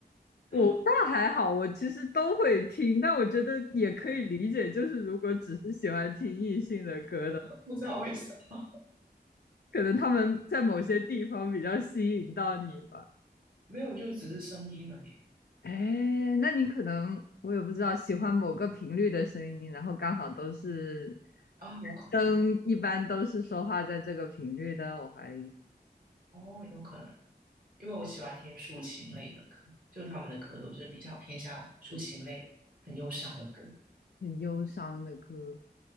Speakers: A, on the left; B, on the right.
A: 我倒还好，
B: <laughs>
A: 我其实都会听，但我觉得也可以理解，就是如果只是喜欢听异性的歌的，
B: 不知道为什么。
A: 可能他们在某些地方比较吸引到你吧。
B: 没有，就只是声音而已
A: 哎，那你可能我也不知道，喜欢某个频率的声音，然后刚好都是
B: 啊，有可能
A: 男生，一般都是说话在这个频率的，我怀疑
B: 哦，有可能，因为我喜欢听抒情类的歌，就他们的歌都是比较偏向抒情类、很忧伤的歌。
A: 很忧伤的歌，